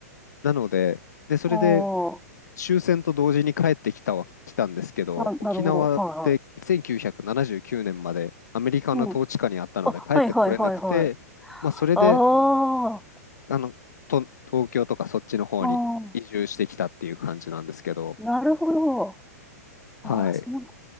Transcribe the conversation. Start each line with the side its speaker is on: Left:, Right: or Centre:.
Left: なので、で、それで
Centre: あー
Left: 終戦と同時に帰ってきたは来たんですけど、
Centre: あ、
Left: 沖縄って1979年までアメリカの統治下にあったので帰ってこれなくて、
Centre: なるほど。はい。はい。うん。あ、はいはいはいはい。
Left: まあ、それで
Centre: ああ、あ、
Left: あのと東京とかそっちの方に移住してきたっていう感じなんですけど、
Centre: ああ、なるほど。
Left: はい。
Centre: ああ、そうな